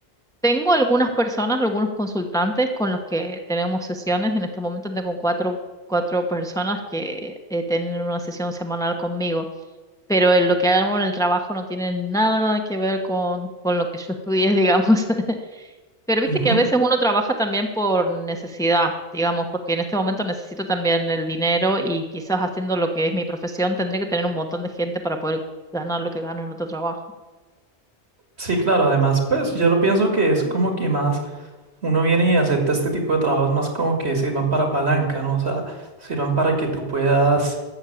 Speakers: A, in the centre; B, on the right.
A: Tengo algunas personas, algunos consultantes con los que tenemos sesiones. En este momento tengo cuatro, cuatro personas que eh, tienen una sesión semanal conmigo, pero en lo que hago en el trabajo no tiene nada, nada que ver con, con lo que yo estudié, <laughs> digamos. Pero viste
B: Ujú.
A: que a veces uno trabaja también por necesidad, digamos, porque en este momento necesito también el dinero y quizás haciendo lo que es mi profesión tendría que tener un montón de gente para poder ganar lo que gano en otro trabajo.
B: Sí, claro, además, pues yo lo pienso que es como que más uno viene y acepta este tipo de trabajos más como que sirvan para palanca, ¿no? O sea, sirvan para que tú puedas